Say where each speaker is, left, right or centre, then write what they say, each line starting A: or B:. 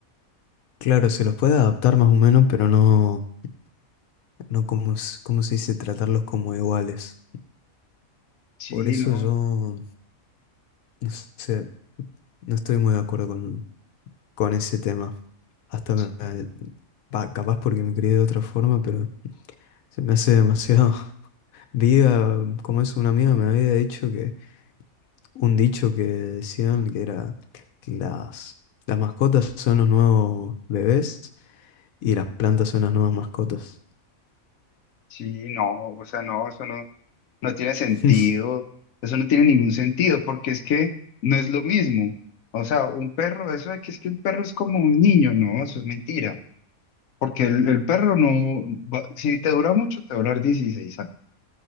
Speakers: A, on the left (about 80°); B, on the left (about 75°).
A: Claro, se los puede adaptar más o menos, pero no no como, s- ¿cómo se dice? Tratarlos como iguales.
B: Sí,
A: Por eso
B: no,
A: yo, no sé, no estoy muy de acuerdo con, con ese tema. Hasta
B: sí,
A: me, me- va, capaz porque me crié de otra forma, pero se me hace demasiado. <laughs> Vi como es una amiga, me había dicho que un dicho que decían que era que las, las mascotas son los nuevos bebés y las plantas son las nuevas mascotas.
B: sí, no, o sea, no, eso no. no tiene sentido,
A: <laughs>
B: eso no tiene ningún sentido, porque es que no es lo mismo. O sea, un perro, eso de que es que un perro es como un niño, no, eso es mentira, porque el, el perro no, va- si te dura mucho, te va a durar 16 años.